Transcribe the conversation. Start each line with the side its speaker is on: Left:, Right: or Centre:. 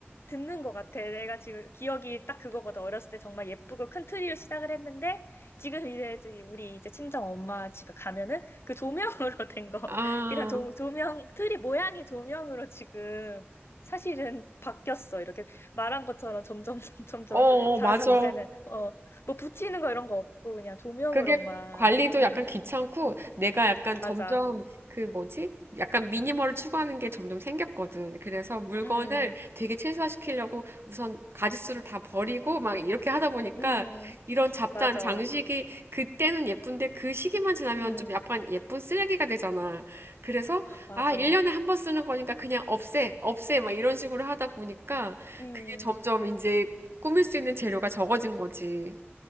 Left: 듣는 것 같아. 내가 지금 기억이 딱 그거거든. 어렸을 때 정말 예쁘고 큰 트리로 시작을 했는데, 지금 이제 저기 우리 이제 친정 엄마 집에 가면은 그 조명으로 <laughs> 된 거,
Right: 아,
Left: 그냥 조, 조명, 트리 모양의 조명으로 지금 사실은 바뀌었어. 이렇게 말한 것처럼 점점, <laughs> 점점
Right: 어, 어,
Left: 작아져서
Right: 맞아.
Left: 이제는, 어, 뭐 붙이는 거 이런 거 없고, 그냥 조명으로만,
Right: 그게 관리도
Left: 음.
Right: 약간 귀찮고 내가 약간
Left: 맞아.
Right: 점점 그 뭐지? 약간 미니멀을 추구하는 게 점점 생겼거든. 그래서 물건을
Left: 음,
Right: 되게 최소화시키려고 우선 가짓수를 다 버리고 막 이렇게 하다 보니까
Left: 음,
Right: 이런 잡다한
Left: 맞아.
Right: 장식이 그때는 예쁜데 그 시기만 지나면
Left: 음,
Right: 좀 약간 예쁜 쓰레기가 되잖아. 그래서
Left: 아, 맞아.
Right: 아, 1년에 한 번 쓰는 거니까 그냥 없애, 없애 막 이런 식으로 하다 보니까
Left: 음,
Right: 그게 점점 이제 꾸밀 수 있는 재료가 적어진 거지.